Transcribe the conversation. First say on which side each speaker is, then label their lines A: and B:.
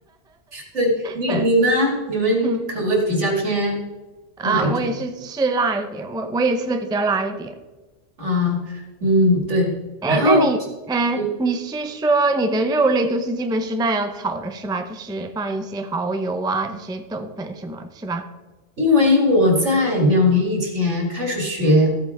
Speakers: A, on the right; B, in the centre.
A: 对你你呢？
B: <laughs>
A: 你们口味比较偏
B: 嗯啊，
A: 哪一种？
B: 我也是吃辣一点，我我也吃的比较辣一点。
A: 啊，嗯，对。
B: 哎，
A: 然后，
B: 那你，嗯、
A: 嗯，
B: 你是说你的肉类都是基本是那样炒的是吧？就是放一些蚝油啊，这些豆粉什么，是吧？
A: 因为我在两年以前开始学，